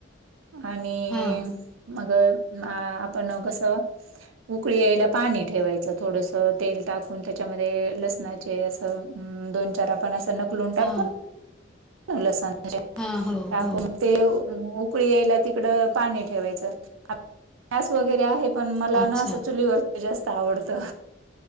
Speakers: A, on the right (about 85°); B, in the centre.
A: आणि
B: हां
A: अ मग आपण कसं? उकळी यायला पाणी ठेवायचं थोडस, तेल टाकून त्याच्यामध्ये लसणाचे अस दोन चार आपण असं नकलून टाकतो
B: हां
A: ना. लसंन च
B: हां हो
A: टाकून
B: हो
A: ते उकळी यायला तिकड पाणी ठेवायचंस वगैरे आहे. पण मला
B: अच्छा
A: ना, असं चुलीवरच जास्त आवडतं.